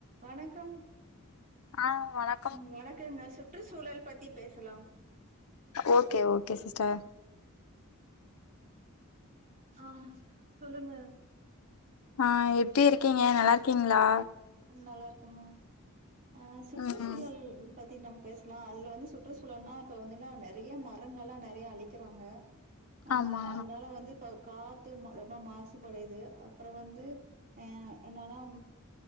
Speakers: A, on the right; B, on the left.
A: வணக்கம்
B: ஆ வணக்
A: ம் வணக்கங்க சுற்றுச்சூழல் பத்தி பேசலா
B: ஓகே ஓகே சிஸ்டர்
A: ஆ சொல்லுங்க
B: ஆ எப்டி இருக்கீங்க நல்லா இருக்கீங்ளா
A: ம் நல்லா இருக்கோங்க ஆ சுற்றுச்சூழல்
B: ம்
A: பத்தி நம் பேசலா அதுல வந்து சுற்றுச்சூழல்னா இப்ப வந்துல்லா நெறைய மரங்க எல்லா நெறைய அழிக்கிறாங்க ஆ
B: ஆமா
A: அதனால வந்து இப்ப காத்து ம ரொம்ப மாசு படுது அப்ரோ வந்து அ என்னன்னா